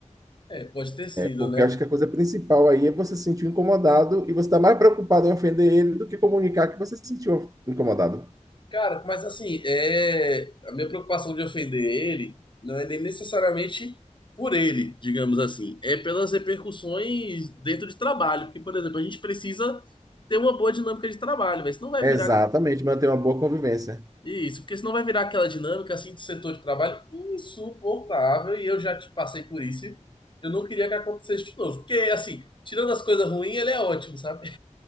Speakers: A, on the left (about 40°); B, on the right (about 25°).
A: É, pode ter sido,
B: Porque
A: né?
B: eu acho que a coisa principal aí é você se sentir incomodado e você está mais preocupado em ofender ele do que comunicar que você se sentiu incomodado.
A: Cara, mas assim, é... a minha preocupação de ofender ele não é nem necessariamente por ele, digamos assim, é pelas repercussões dentro de trabalho. Porque, por exemplo, a gente precisa ter uma boa dinâmica de trabalho, mas não vai
B: Exatamente,
A: virar
B: manter uma boa convivência.
A: isso, porque senão vai virar aquela dinâmica assim de setor de trabalho insuportável e eu já te passei por isso. e Eu não queria que acontecesse de novo, porque assim, tirando as coisas ruins, ele é ótimo, sabe?